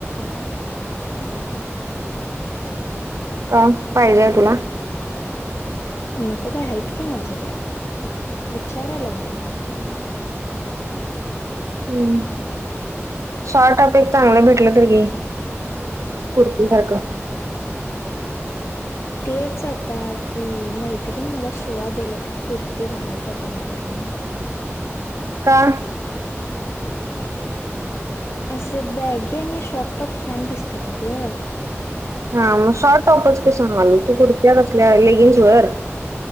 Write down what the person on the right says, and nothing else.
का पाहिजे हाय तुला?
हम्म. शॉर्ट आता एक चांगलं भेटलं तर घे कुर्ती सारखं.
का?
हा मग शॉर्ट टॉपच <inaudible> तू कुर्त्या कसल्या लेगिंग्स वर?